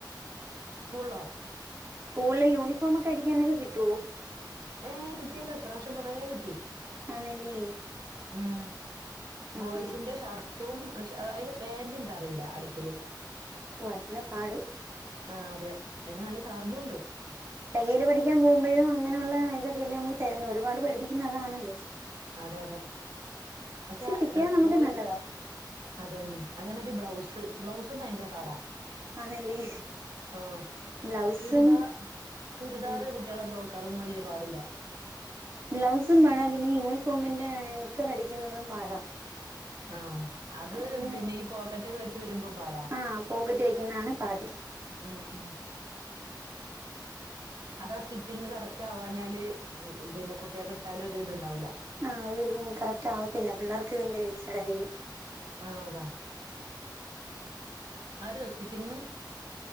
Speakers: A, on the right (about 75°); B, on the right (about 35°).
A: സ്കൂൾളോ?
B: സ്കൂൾള് യൂണിഫോമ് ഒക്കെ അടിക്കാനൊക്കെ കിട്ടുവോ?
A: ഏ കിട്ടിയല്ലോ ഇപ്പ്രാശ്യം കുറേ കിട്ടി.
B: ആന്നല്ലേ
A: ഉം
B: ആഹ്
A: ബോയ്സിന്റെ ഷർട്ടും സ്‌ ഓ അയ്ന്റെ ബേന്റ് ഇന്ക് അറീല അടിക്കല്
B: ഓ അതാണ് പാട്.
A: ആ അതെ അയ്ന് നല്ല ചാർജുംണ്ട്.
B: തയ്യൽ പഠിക്കാൻ പോകുമ്പോഴും അങ്ങനെയുള്ള ഇതൊക്കെല്ലേ നമുക്ക് തരുന്നു ഒരുപാട് പഠിപ്പിക്കുന്നഅതാണല്ല് <unintelligible>
A: അതെ അതെ പക്ഷെ
B: കിട്ടിയാ നമുക്ക്
A: ബോയി
B: നല്ലതാ
A: അതെന്നെ അതേമാരി ബ്ലൗസ് ബ്ലൗസും ഭയങ്കര പാടാ.
B: അതല്ലേ
A: ആ
B: ബ്ലൗസും
A: ചുരിദാ ചുരിദാറ്
B: ഉം
A: കുട് ട്ടിയാളെ ഫ്രോക് അതൊന്നു വല്ല്യപാടില്ല.
B: ബ്ലൗസും പാടാ പിന്നെ യൂണിഫോമിന്റെ നിക്കറ് അടിക്കുന്നതും പാടാ.
A: ആ അത്
B: അതിന്
A: പിന്നെ ഈ പോക്കറ്റൊക്കെ വെച് ട്ട് വരുമ്പോ പാടാ
B: ആ പോക്കറ്റ് വെക്കുന്നതാണ് പാട്
A: ഉം ഉം. അതാ സ്റ്റിച്ചിങ്ങ് കറക്റ്റ് ആവാഞ്ഞാല് പിന്നെ കുട്ടിയാക്ക് ഇട്ടാലൊര്ത്ണ്ടാവൂല
B: ആ ഒര്തും കറക്റ്റ് ആവത്തില്ല പിള്ളേർക്ക് ഭയങ്കര ഇർച്ചാടായിരിക്കും.
A: ആ അതാ അറിയോ സ്റ്റിച്ചിങ്.